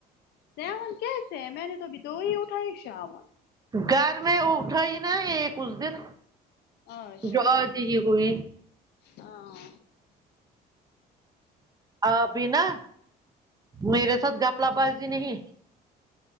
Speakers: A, on the left (about 75°); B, on the right (about 20°).
A: سیون کیسے ہیں میں نے تو ابھی تو ہی اٹھائی شاباش
B: گھر میں اٹھا ہی نا ایک اس دن
A: اچھا
B: جو
A: ٹھیک
B: <unintelligible> کوئی
A: ہاں
B: آپ بھی نہ میرے ساتھ گپلا بازی نہیں